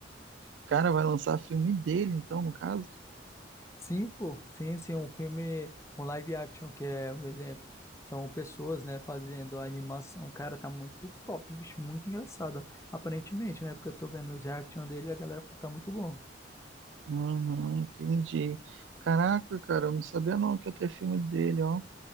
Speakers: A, on the right; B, on the left.
A: O cara vai lançar filme dele, então, no caso.
B: Sim, pô, sim, sim, um filme, um live action que é o exemplo, são pessoas, né, fazendo a animação, cara, tá muito top, bicho, muito engraçado, aparentemente, né, porque eu tô vendo os reaction dele e a galera tá muito bom.
A: Uhum, entendi. Caraca, cara, eu não sabia não que ia ter filme dele, ó.